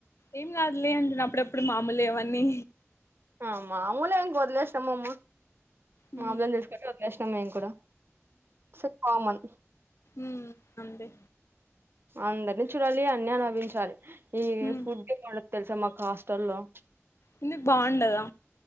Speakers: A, on the left; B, on the right.
A: ఏం కాదులే అంటున్న అప్పుడప్పుడు మాములె అవన్నీ
B: ఆ మాములే ఎంక వదిలేష్నా మమ్మ మా
A: ఉమ్
B: అబ్ ప్రశణ మేం కూడా స కామన్
A: ఉ అంతె
B: అందరినీ చూడాలి అన్ని అనుభవించాలి ఏ
A: హ్మ్
B: ఫుడ్ తెలుసా మాకు హాస్టల్లో
A: ఎందుకు బాగుండదా